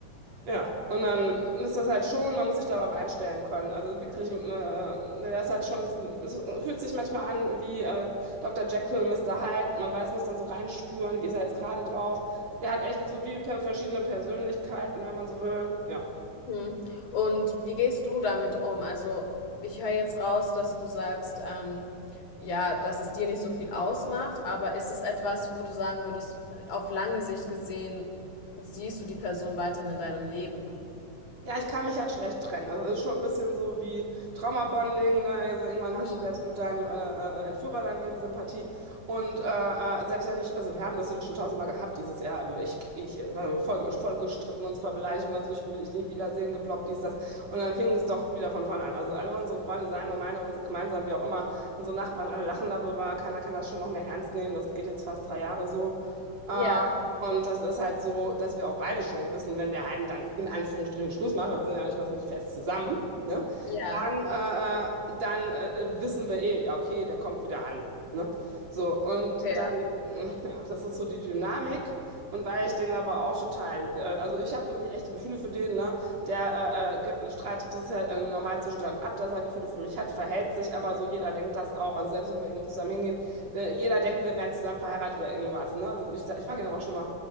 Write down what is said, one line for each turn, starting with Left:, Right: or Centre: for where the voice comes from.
Right: Ja, und dann ist das halt schon, man muss sich darauf einstellen können. Also wirklich, äh, das hat schon, es fühlt sich manchmal an wie äh, Dr. Jekyll, Mr. Hyde. Man weiß, muss dann so reinspüren, wie ist er jetzt gerade drauf. Der hat echt so wie per verschiedene Persönlichkeiten, wenn man so will. Ja.
Left: Mhm. Und wie gehst du damit um? Also, ich höre jetzt raus, dass du sagst, ähm, ja, dass es dir nicht so viel ausmacht, aber ist es etwas, wo du sagen würdest, auf lange Sicht gesehen, siehst du die Person weiterhin in deinem Leben?
Right: Ja, ich kann mich halt schlecht trennen. Also es ist schon ein bisschen so wie Trauma-Bonding, ne? Also irgendwann
Left: Mhm.
Right: hast du selbst mit deinem äh, äh, Entführer dann irgendwie Sympathie. Und äh, äh, selbst wenn ich, also wir haben das jetzt schon tausendmal gehabt dieses Jahr, ich, ich äh, war voll, voll gestritten, uns voll beleidigt und dann so, ich will dich nie wiedersehen, geblockt, dies, das. Und dann fing es doch wieder von vorne an. Also alle unsere Freunde, seine, meine, unsere gemeinsam, wie auch immer, unsere Nachbarn, alle lachen darüber, keiner kann das schon noch mehr ernst nehmen. Das geht jetzt fast drei Jahre so. Äh,
Left: Ja,
Right: und das ist halt so, dass wir auch beide schon wissen, wenn der eine dann in Anführungsstrichen Schluss macht, weil wir sind ja nicht mal so richtig fest zusammen, ne?
Left: ja,
Right: Dann, äh, äh, dann äh, wissen wir eh, ja, okay, der kommt wieder an. Ne? So, und
Left: okay.
Right: dann, äh, ja, das ist so die Dynamik. Und weil ich den aber auch total, äh, also ich habe wirklich echte Gefühle für den, ne? Der äh, äh, ge- streitet das ja im Normalzustand ab, dass er Gefühle für mich hat, verhält sich aber so, jeder denkt das auch. Also selbst wenn wir irgendwo zusammen hingehen, äh, Jeder denkt, wir wären zusammen verheiratet oder irgendwas. Ne? Also ich, sag- ich frage ihn auch schon mal,